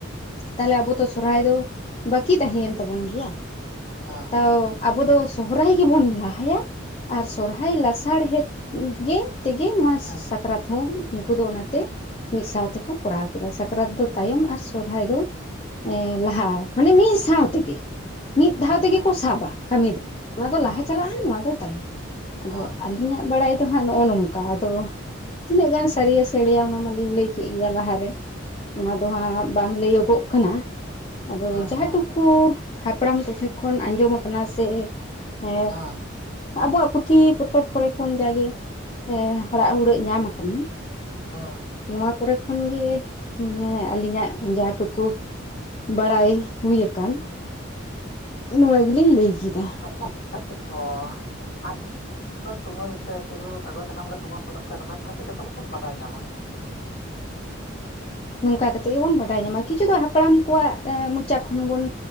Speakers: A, on the left; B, on the left.
A: ᱛᱟᱦᱚᱞᱮ ᱟᱵᱚ ᱛᱚ ᱥᱚᱨᱦᱟᱭ ᱫᱚ ᱵᱟᱠᱤ ᱛᱟᱦᱮᱸᱭᱮᱱ ᱛᱟᱵᱚᱱ ᱜᱮᱭᱟ।
B: ᱟ
A: ᱚᱸ ᱟᱵᱚ ᱫᱚ ᱥᱚᱦᱚᱨᱟᱭ ᱜᱮᱵᱚᱱ ᱞᱟᱦᱟᱭᱟ ᱟᱨ ᱥᱚᱨᱦᱟᱭ ᱞᱟᱥᱟᱲᱦᱮᱫ ᱜᱮ ᱛᱮᱜᱮ ᱱᱚᱣᱟ
B: ᱦᱮᱸ ᱦᱮᱸ ᱦᱮᱸ
A: ᱥᱟᱠᱨᱟᱛ ᱦᱚᱸ ᱩᱱᱠᱩ ᱫᱚ ᱚᱱᱟᱛᱮ ᱢᱤᱫ ᱥᱟᱶ ᱛᱮᱠᱚ ᱠᱚᱨᱟᱣ ᱠᱮᱫᱟ। ᱥᱟᱠᱨᱟᱛ ᱫᱚ ᱛᱟᱭᱚᱢ ᱟᱨ ᱥᱚᱨᱦᱟᱭ ᱫᱚ ᱮ ᱞᱟᱦᱟ, ᱢᱟᱱᱮ ᱢᱤᱫ ᱥᱟᱶ ᱛᱮᱜᱮ ᱢᱤᱫ ᱫᱷᱟᱣ ᱛᱮᱜᱮ
B: ᱦᱮᱸ ᱦᱮᱸ
A: ᱠᱚ
B: ᱦᱮᱸ ᱦᱮᱸ
A: ᱥᱟᱵᱟ ᱠᱟᱹᱢᱤ ᱫᱚ, ᱱᱚᱣᱟ ᱫᱚ
B: ᱦᱮᱸ
A: ᱞᱟᱦᱟ ᱪᱟᱞᱟᱜᱼᱟ ᱱᱚᱣᱟ ᱫᱚ ᱛᱟᱭᱚᱢ ᱟᱫᱚ
B: ᱦᱮᱸ
A: ᱟᱞᱮ ᱤᱧᱟᱹᱜ ᱵᱟᱲᱟᱭ ᱫᱚ ᱦᱟᱸᱜ ᱱᱚᱜᱼᱚ ᱱᱚᱝᱠᱟ ᱟᱫᱚ ᱛᱤᱱᱟᱹᱜ ᱜᱟᱱ ᱥᱟᱹᱨᱤᱭᱟ ᱥᱮ ᱮᱲᱮᱭᱟ ᱚᱱᱟ ᱢᱟᱞᱤᱧ ᱞᱟᱹᱭ ᱠᱮᱫ ᱜᱮᱭᱟ ᱞᱟᱦᱟᱨᱮ ᱚᱱᱟ ᱫᱚ ᱦᱟᱸᱜ ᱵᱟᱝ ᱞᱟᱹᱭᱚᱜᱚᱜ ᱠᱟᱱᱟ ᱟᱫᱚ
B: ᱦᱮᱸ
A: ᱡᱟᱦᱟ
B: ᱦᱮᱸ
A: ᱴᱩᱠᱩ ᱦᱟᱯᱲᱟᱢ ᱠᱚᱴᱷᱮᱱ ᱠᱷᱚᱱ ᱟᱸᱡᱚᱢ ᱟᱠᱟᱱᱟ ᱥᱮ ᱮ
B: ᱦᱮᱸ
A: ᱟᱵᱚᱣᱟᱜ ᱯᱩᱛᱷᱤ ᱯᱚᱛᱚᱵ ᱠᱚᱨᱮ ᱠᱷᱚᱱ ᱡᱟᱜᱮ ᱦᱟᱲᱟᱜ ᱦᱩᱲᱟᱹᱜ ᱧᱟᱢ ᱟᱠᱟᱱᱟ।
B: ᱚ।
A: ᱱᱚᱣᱟ ᱠᱚᱨᱮ ᱠᱷᱚᱱᱜᱮ ᱢᱟᱱᱮ ᱟᱹᱞᱤᱧᱟᱜ ᱡᱟ ᱴᱩᱠᱩ ᱵᱟᱲᱟᱭ ᱦᱩᱭ ᱟᱠᱟᱱ ᱱᱚᱣᱟ ᱜᱮᱞᱤᱧ ᱞᱟᱹᱭ ᱠᱮᱫᱟ।
B: <unintelligible> ᱛᱩᱢᱟᱹᱞ ᱠᱟᱛᱮ ᱠᱤᱪᱷᱩ, ᱠᱟᱜᱚᱡᱽ ᱥᱟᱠᱟᱢ ᱨᱮ ᱛᱩᱢᱟᱹᱞ ᱠᱟᱛᱮ ᱱᱚᱝᱠᱟ ᱠᱟᱛᱮ ᱜᱮ ᱛᱚ ᱵᱚᱱ ᱵᱟᱰᱟᱭ ᱧᱟᱢᱟ।
A: ᱱᱚᱝᱠᱟ ᱠᱟᱛᱮᱫ ᱜᱮᱵᱚᱱ ᱵᱟᱰᱟᱭ ᱧᱟᱢᱟ। ᱠᱤᱪᱷᱩ ᱫᱚ ᱦᱟᱯᱲᱟᱢ ᱠᱚᱣᱟᱜ ᱢᱚᱪᱟ ᱠᱷᱚᱱ ᱦᱚᱸᱵᱚᱱ